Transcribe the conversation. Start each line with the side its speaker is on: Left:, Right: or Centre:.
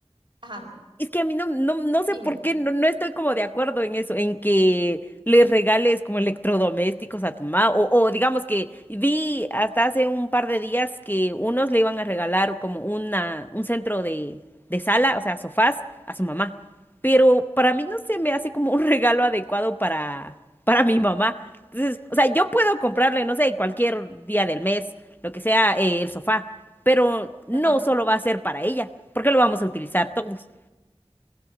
Right: Ajá,
Left: Es que a mí no, no, no sé
Right: dime.
Left: por qué, no, no estoy como de acuerdo en eso, en que le regales como electrodomésticos a tu mamá, o, o digamos que vi hasta hace un par de días que unos le iban a regalar como una, un centro de, de sala, o sea, sofás, a su mamá. Pero para mí no se me hace como un <laughs> regalo adecuado para, para mi mamá. Entonces, o sea, yo puedo comprarle, no sé, cualquier día del mes, lo que sea, eh, el sofá, pero no
Right: Ajá.
Left: solo va a ser para ella, porque lo vamos a utilizar todos.